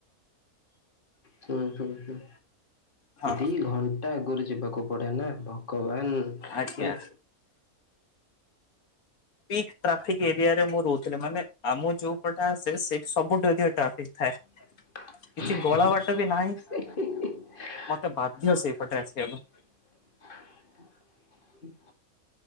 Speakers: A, on the left; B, on the left.
A: ହୁଁ ହୁଁ ହୁଁ
B: ହଁ
A: ଦି ଘଣ୍ଟା ଆଗରୁ ଯିବାକୁ ପଡେ ନା ଭଗବାନ
B: ଆଜ୍ଞା।
A: ମାନେ
B: ପିକ୍ ଟ୍ରାଫିକ ଏରିଆରେ ମୁଁ ରହୁଥିଲି ମାନେ ଆମ ଯୋଉ ପଟା ଆସେ ସେଇଠି ସବୁଠୁ ଅଧିକ ଟ୍ରାଫିକ୍ ଥାଏ।
A: <unintelligible>
B: କିଛି
A: ମଟ
B: ଗଳା ବାଟ ବି ନାହିଁ
A: ମର ସେଇ
B: ମତେ ବାଧ୍ୟ ସେଇପଟେ
A: ପଟେ
B: ଆସିବାକୁ
A: ଆସିବାକୁ ପଡେ।